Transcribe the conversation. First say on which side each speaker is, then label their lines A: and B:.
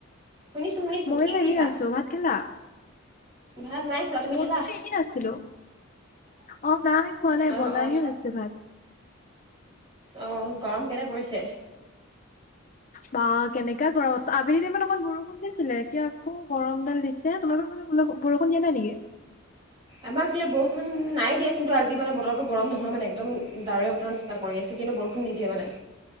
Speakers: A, on the right; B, on the left.
A: শুনিছোঁ শুনিছোঁ
B: মইয়ো
A: কি কৰিছা
B: এনেই আছো ভাত খলা?
A: ভাত নাই খোৱা তুমি
B: ময়ো
A: খালা
B: এনেই আছিলো অ নাই খোৱা নাই
A: অঁ
B: বনাইহে
A: অঁ
B: আছে ভাত।
A: অ গৰম কেনে পৰিছে।
B: বা কেনেকা গৰমত আবেলি টাইমত অকণ বৰষুণ দিছিলে এতিয়া আকৌ গৰমডাল দিছে তোমালোকৰ ফালে বল বৰষুণ দিয়া নাই নেকি।
A: আমাৰফালে বৰষুণ নাই দিয়া কিন্তু আজি মানে বতৰটো গৰম নহয় মানে একদম ডাৱৰে বতৰ নি চিনা কৰি আছে কিন্তু বৰষুণ নিদিয়ে মানে।